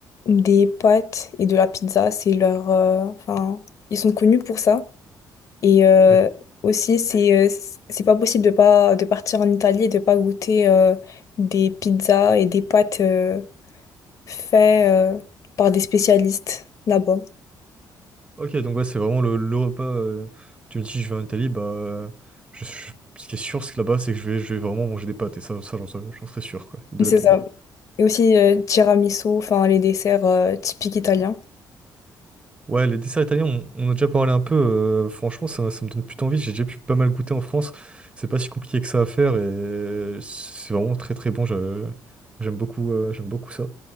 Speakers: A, on the left (about 50°); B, on the right (about 15°).
A: Des pâtes et de la pizza, c'est leur... euh, Enfin, ils sont connus pour ça. Et euh,
B: D'accord.
A: aussi, c'est euh, c'est pas possible de pas de partir en Italie et de pas goûter euh, des pizzas et des pâtes. euh, fait euh, par des spécialistes là-bas.
B: Ok, donc ouais, c'est vraiment le, le repas. euh, tu me dis je vais en Italie, bah je, je- ce qui est sûr c'est que là-bas, c'est que je vais je vais vraiment manger des pâtes et ça ça j'en serais j'en serais sûr quoi, et de
A: C'est
B: la pizza.
A: ça. Et aussi euh, tiramisu, enfin les desserts euh, typiques italiens.
B: Ouais, les desserts italiens, on, on a déjà parlé un peu. euh, franchement, ça, ça me donne plutôt envie. J'ai déjà pu pas mal goûter en France. C'est pas si compliqué que ça à faire et c'est vraiment très très bon. je- J'aime beaucoup, euh, j'aime beaucoup ça.